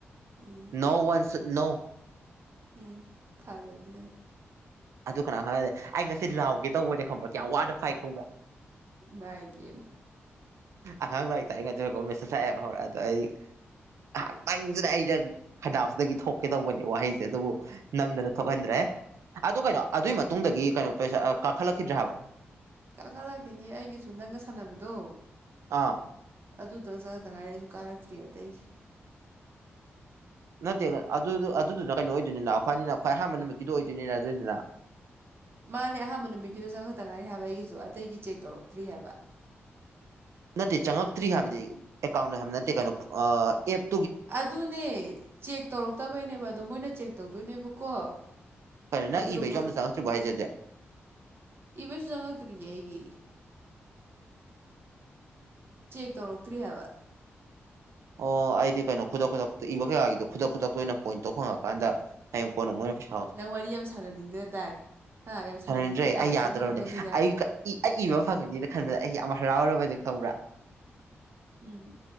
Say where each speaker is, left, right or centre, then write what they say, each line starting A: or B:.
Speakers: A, on the right; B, on the right.
A: ꯎꯝ
B: ꯅꯣ ꯋꯥꯟꯁ ꯅꯣ
A: ꯎꯝ ꯐꯔꯦ ꯑꯗꯨꯗꯤꯦꯛ
B: ꯑꯗꯨ ꯀꯅꯥ ꯈꯪꯗꯤ ꯑꯩ ꯉꯁꯤ ꯂꯥꯎꯒꯦ ꯇꯧꯕꯅꯦ ꯈꯪꯕ꯭ꯔꯥ ꯀꯌꯥꯝ ꯋꯥꯅ ꯐꯥꯏ ꯈꯪꯕ꯭ꯔꯥ
A: ꯏ ꯄꯅ
B: ꯑꯉꯥꯡ ꯂꯥꯏꯔꯤꯛꯛꯇꯥꯏꯅꯗꯔ ꯀꯣꯃꯦꯁꯇ ꯆꯥꯏꯑꯦꯕ ꯍꯧꯔꯛꯑꯗꯣ ꯑꯩ ꯉꯍꯥꯛꯇꯪꯁꯤꯅ ꯑꯩꯩꯅ ꯈꯟꯗꯥꯞꯁꯤꯗꯒꯤ ꯊꯣꯛꯀꯦ ꯇꯧꯕꯅꯦ ꯋꯥꯍꯩꯁꯦ ꯑꯗꯨꯕꯨ ꯅꯝꯗꯅ ꯊꯣꯛꯍꯟꯗ꯭ꯔꯦ ꯑꯗꯨ ꯀꯩꯅꯣ ꯑꯗꯨꯏ ꯃꯇꯨꯡꯗꯒꯤ ꯀꯩꯅꯣ ꯄꯩꯁꯥ ꯀꯥꯈꯠꯂꯛꯈꯤꯗ꯭ꯔꯦ ꯍꯥꯏꯕ
A: ꯀꯥꯈꯜꯂꯛꯈꯤꯅꯤ ꯑꯩꯒꯤꯁꯨ ꯅꯪꯒ ꯁꯥꯟꯅꯕꯗꯣ
B: ꯑꯥ
A: ꯑꯗꯨꯗꯪ ꯆꯗꯉꯥꯏꯔ ꯑꯩꯁꯨ ꯀꯥꯔꯛꯇ꯭ꯔꯤ ꯑꯇꯩꯒꯤ
B: ꯅꯠꯇꯦ ꯑꯗꯨ ꯑꯗꯨꯗꯨꯅ ꯀꯩꯅꯣ ꯑꯣꯏꯗꯣꯏꯅꯤꯗ ꯑꯩꯈꯣꯏꯅꯤꯅ ꯈ꯭ꯋꯥꯏ ꯑꯍꯥꯟꯕ ꯅꯨꯃꯤꯠꯀꯤꯗꯨꯣ ꯑꯣꯏꯗꯣꯏꯅꯤ ꯔꯥꯖꯣꯏꯅꯤꯗ
A: ꯃꯥꯅꯦ ꯑꯍꯥꯟꯕ ꯅꯨꯃꯤꯠꯀꯤꯗꯣ ꯆꯪꯉꯛꯇ ꯉꯥꯏ ꯍꯥꯏꯕ ꯑꯩꯒꯤꯁꯨ ꯑꯇꯩꯒꯤ ꯆꯦꯛ ꯇꯧꯔꯛꯇ꯭ꯔꯤ ꯍꯥꯏꯕ
B: ꯅꯠꯇꯦ ꯆꯪꯉꯛꯇ꯭ꯔꯤ ꯍꯥꯏꯕꯗꯤ ꯑꯦꯀꯥꯎꯟꯗ ꯍꯥꯏꯕ ꯅꯠꯇꯦ ꯀꯩꯅꯣ ꯑꯦꯞ
A: ꯑꯗꯨꯅꯦ ꯆꯦꯛ ꯇꯧꯔꯛꯇꯕꯩꯅꯦꯕ ꯑꯗꯣ ꯃꯣꯏꯅ ꯆꯦꯛ ꯇꯧꯗꯣꯏꯅꯦꯕꯀꯣ
B: ꯀꯔ ꯅꯪ
A: ꯑꯗꯨꯒ
B: ꯏꯕ ꯏ ꯌꯣꯝꯗ ꯆꯪꯉꯛꯇ꯭ꯕ ꯍꯥꯏꯖꯗꯦ
A: ꯏꯕꯁꯨ ꯆꯉꯛꯛꯇꯔꯤꯏꯒꯤ ꯆꯦꯛ ꯇꯧꯔꯛꯇ꯭ꯔꯤ ꯍꯥꯏꯕ
B: ꯑꯣ ꯑꯩꯗꯤ ꯀꯩꯅꯣ ꯈꯨꯗꯛ ꯈꯨꯗꯛꯇ ꯏꯕ ꯀꯌꯥꯒꯤꯗꯣ ꯈꯨꯗꯛ ꯈꯨꯗꯛꯇ ꯑꯣꯏꯅ ꯄꯣꯏꯟ ꯇꯧ ꯐꯪꯉꯀꯥꯟꯗ ꯍꯌꯦꯡ ꯀꯣꯟꯅ ꯃꯣꯏꯅ ꯄꯩꯁꯥ
A: ꯅꯪ ꯋꯥꯔꯤ ꯌꯥꯝ ꯁꯥꯟꯅꯅꯤꯡꯗ ꯗꯥꯏ ꯍꯥ ꯌꯥꯝ ꯁꯥꯟꯅꯅꯤꯡꯗ
B: ꯁꯔꯟꯗ꯭ꯔꯦ
A: ꯗꯥꯏ
B: ꯑꯩ ꯌꯥꯗ꯭ꯔꯕꯅꯦ
A: ꯆꯪꯉꯛꯑꯕꯅꯤꯅ
B: ꯑꯩ ꯑꯩ ꯏꯕ ꯐꯪꯒꯅꯤꯅ ꯈꯟꯕꯗ ꯑꯩ ꯌꯥꯝ ꯍꯔꯥꯎꯔꯕꯗꯤ ꯈꯪꯕ꯭ꯔꯥ
A: ꯎꯝ